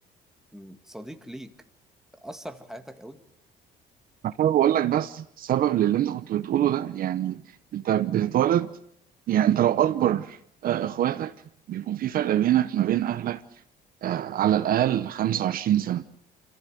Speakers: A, in the centre; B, on the right.
A: م، صديق ليك اثر في حياتك قوي
B: انا حابب اقول لك بس سبب للي انت كنت بتقوله ده يعني انت بتتولد يعني انت لو اكبر آه، اخواتك بيكون في فرق بينك ما بين اهلك آه، على الاقل 25 سنه